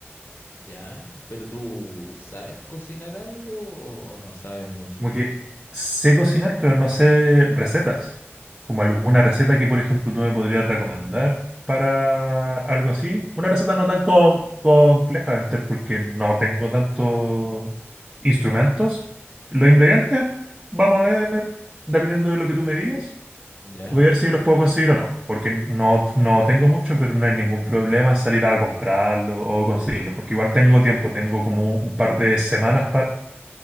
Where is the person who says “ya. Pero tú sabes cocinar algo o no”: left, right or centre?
Left